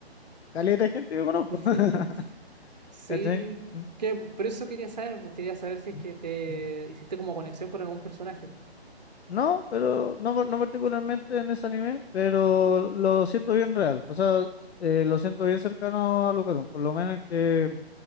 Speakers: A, on the left; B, on the right.
A: caleta de gente que conozco.
B: <laughs>
A: <laughs>
B: Sí,
A: ¿Cachai? Mm,
B: que por eso quería saber, pues, quería saber si es
A: mm,
B: que te
A: mm.
B: hiciste como conexión con algún personaje.
A: No, pero no, par- no particularmente en ese anime, pero lo siento bien real. O sea, eh, lo siento bien cercano a Lucarum. Por lo menos que